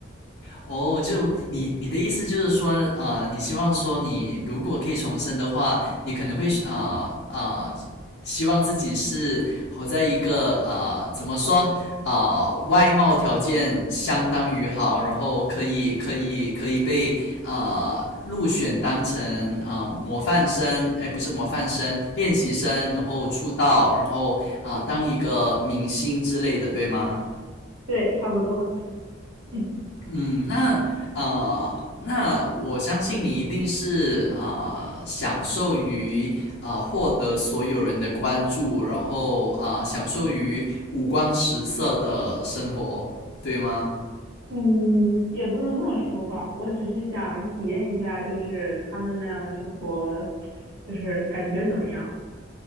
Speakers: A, on the left (about 75°); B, on the right (about 50°).
A: 哦，就你你的意思就是说，啊，你希望说你如果可以重生的话，你可能会啊啊、呃呃希望自己是活在一个啊、呃怎么说啊、呃外貌条件相当于好，然后可以可以 <laughs> 可以被啊、呃入选当成啊、呃模范生，哎，不是模范生，练习生，然后出道，然后啊、呃当一个明星之类的，对吗？
B: 对，差不多。<laughs>
A: 嗯，那呃，那我相信你一定是呃享受于呃获得所有人的关注，然后啊，享受于五光十色的生活，对吗？
B: 嗯，也不能这么说吧，我只是想体验一下，就是他们那样的生活，就是感觉怎么样？